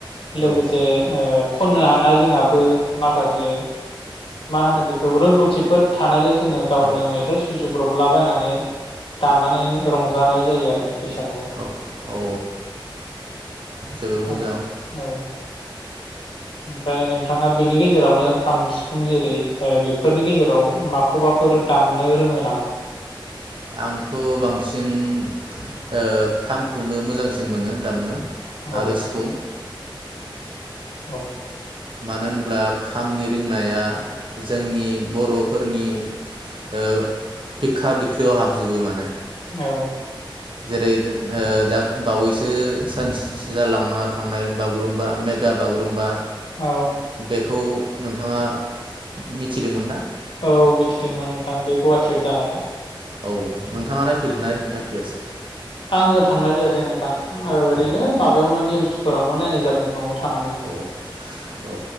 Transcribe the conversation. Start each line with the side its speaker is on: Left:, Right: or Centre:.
Left: लोगोसे
Right: औ
Left: ओ खननो हानाय जोंहाबो माखासे मा होनो बेखौ रोंगौथिफोर थानायलाय जों गावनो
Right: औ
Left: मेथाइ सुजु जाब्रबला बायनानै दामनानै रंजानाय जायो आरो बैसागुआव
Right: औ औ जोबोर
Left: फ्रोम
Right: मोजां
Left: औ ओमफ्राय नोंथाङा बेनि गेजेरावनो खाम सिफुं जेरै बेफोरनि गेजेराव माखौबाफोर दामनो रोङो नामा
Right: आंथ' बांसिन खामखौनो मोजांसिन मोनो दामनो
Left: औ
Right: आरो सिफुं
Left: औ
Right: मानो होनब्ला खामनि रिंनाया जोंनि बर'फोरनि ओ बिखा याव हाबजोबो माने
Left: औ
Right: जेरै दा बावैसो सानस जालांना थांनाय बागुरुम्बा मेगा बागुरुम्बा
Left: औ
Right: बेखौ नोंथाङा मिथिदोंमोन दा
Left: औ मिथिदोंमोन नोंथां बे गुवाहाटियाव जानाया
Right: औ नोंथाङा नायफैदोंना नायफैयासै
Left: आङो थांनाय जायासै नोंथां ओ ओरैनो
Right: औ
Left: माबायावनो निउसफोरावनो नायनाय जाबाय न'आव थानानैनो
Right: औ औ